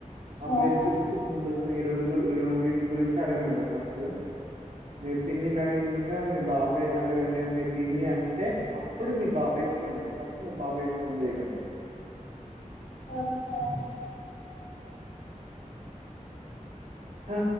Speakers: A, on the right; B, on the left.
A: ఆ
B: అవును
A: ప్లేస్ గురించి దీనికోసం ఈ రెండు ఈ రెండిటి గురించి అడగండి మీరు ఫస్ టు మి పిన్ని నీ అడిగినంకా మీ బాబాయిని అడగండి అని మీ పిన్ని అంటే అప్పుడు మీ బాబాయ్కి ఫోన్ చేయండి, ఫస్ట్ మీ బాబాయ్కి ఫోన్ చేయకండి.
B: ఓకే అండి
A: ఆ